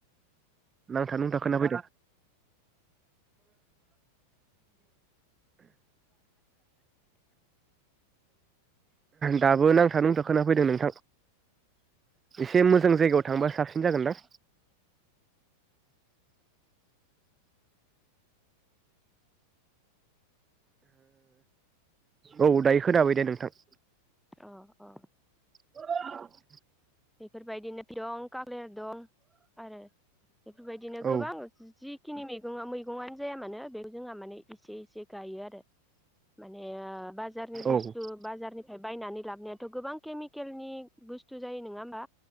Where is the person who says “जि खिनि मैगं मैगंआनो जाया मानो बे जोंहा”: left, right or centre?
Centre